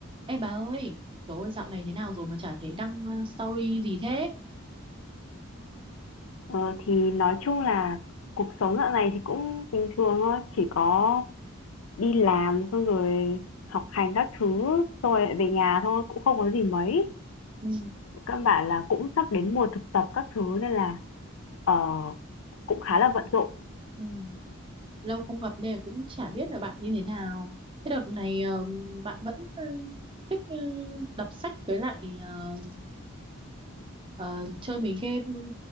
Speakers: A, on the right (about 25°); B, on the left (about 75°).
A: Ê bà ơi, trời ơi dạo này thế nào rồi mà chả thấy đăng ờ, story gì thế?
B: Ờ, thì nói chung là cuộc sống dạo này thì cũng bình thường thôi, chỉ có đi làm xong rồi học hành các thứ, xong rồi lại về nhà thôi, cũng không có gì mấy.
A: Ừ,
B: Căn bản là cũng sắp đến mùa thực tập các thứ nên là ờ, cũng khá là bận rộn.
A: ừ. Lâu không gặp nên là cũng chả biết là bạn như thế nào. Cái đợt này ờ, bạn vẫn ờ, thích ờ, đọc sách với lại ờ, ờ, chơi mấy game ừ,